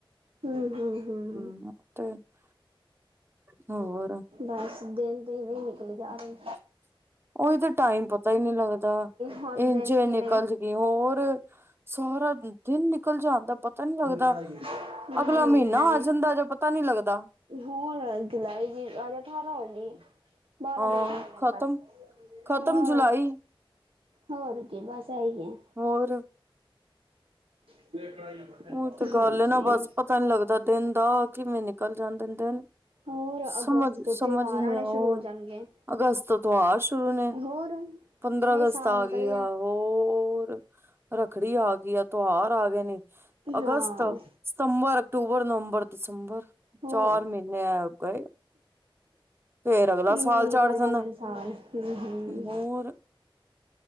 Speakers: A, on the right; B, on the right.
A: ਹੂੰ, ਹੂੰ, ਹੂੰ।
B: <unintelligible> ਹੋਰ
A: ਬਸ ਦਿਨ ਤੇ ਐਵੇਂ ਈ ਨਿਕਲੀ ਜਾ ਰਏ ਨ।
B: ਓਹੀ ਤਾਂ ਟਾਈਮ ਪਤਾ ਈ ਨੀ ਲੱਗਦਾ
A: ਹੁਣ
B: ਇੰਜ
A: ਦਿਨ
B: ਏ
A: ਵੀ
B: ਨਿਕਲ
A: ਇਵੇਂ ਹੀ
B: ਸਕੀ ਹੋਰ ਸਾਰਾ ਦਿਨ ਨਿਕਲ ਜਾਂਦਾ ਪਤਾ ਨੀ ਲੱਗਦਾ।
A: ਕੜਾਈ ਹਮ ਹਮ
B: ਅਗਲਾ ਮਹੀਨਾ
A: ਹਮ
B: ਆ ਜਾਂਦਾ ਜਾਂ ਪਤਾ ਨੀ ਲੱਗਦਾ।
A: ਹੋਰ, ਜੁਲਾਈ ਦੀ ਅੱਜ ਅਠਾਰਾਂ ਹੋ ਗੀ। ਬਾਂਰਾ
B: ਹਾਂ
A: ਦਿਨ ਪਏ ਨੇ
B: ਖਤਮ
A: ਬਸ,
B: ਖਤਮ
A: ਹੋਰ,
B: ਜੁਲਾਈ
A: ਹੋਰ। ਕਿ ਬਸ ਐਈ ਐ।
B: ਹੋਰ
A: <unintelligible>
B: ਓਹੀ ਤੇ ਗੱਲ
A: ਹਾਂਜੀ
B: ਏ ਨਾ ਬਸ ਪਤਾ ਨੀ ਲੱਗਦਾ ਦਿਨ ਦਾ, ਕਿਵੇਂ ਨਿਕਲ ਜਾਂਦੇ ਨ ਦਿਨ।
A: ਹੋਰ
B: ਸਮਝ,
A: ਅਗਸਤ ਤੋਂ
B: ਸਮਝ
A: ਤਿਉਹਾਰ
B: ਈ ਨੀ
A: ਆਉਣੇ
B: ਔਰ
A: ਸ਼ੁਰੂ ਹੋ ਜਾਣਗੇ
B: ਅਗਸਤ ਤੋਂ ਤਿਓਹਾਰ ਸ਼ੁਰੂ ਨੇ,
A: ਹੋਰ ਇਵੇਂ
B: ਪੰਦਰਾਂ ਅਗਸਤ
A: ਹੀ ਸਾਲ
B: ਆ
A: ਨਿਕਲ
B: ਗਈ ਆ
A: ਗਿਆ
B: ਹੋਰ। ਰੱਖੜੀ ਆ ਗਈ ਆ, ਤੋਹਾਰ ਆ ਗਏ ਨੇ
A: ਹਾਂ
B: ਅਗਸਤ ਸਤੰਬਰ, ਅਕਤੂਬਰ, ਨਵੰਬਰ, ਦਸੰਬਰ,
A: ਹੋਰ
B: ਚਾਰ ਮਹੀਨੇ ਐ ਗਏ। ਫੇਰ ਅਗਲਾ
A: ਇਵੇਂ
B: ਸਾਲ
A: ਈ ਨਿਕਲ
B: ਚੜ ਜਾਂਦਾ
A: ਜਾਂਦੇ ਨ ਸਾਲ ਹੂੰ ਹੂੰ।
B: ਹੋਰ